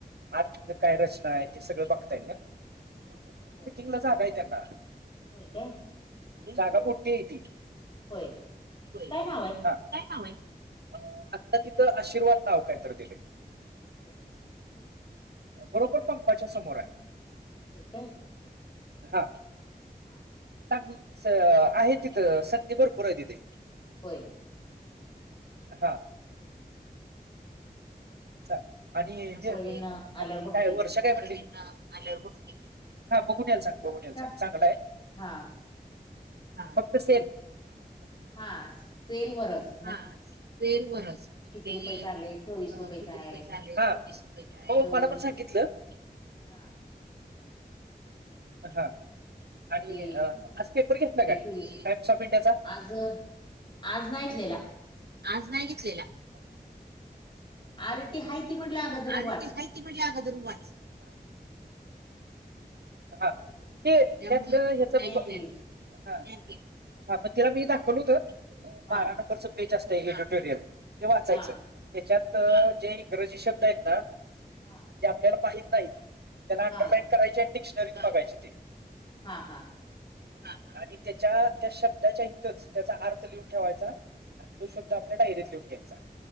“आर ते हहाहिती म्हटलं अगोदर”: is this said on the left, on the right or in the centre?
Left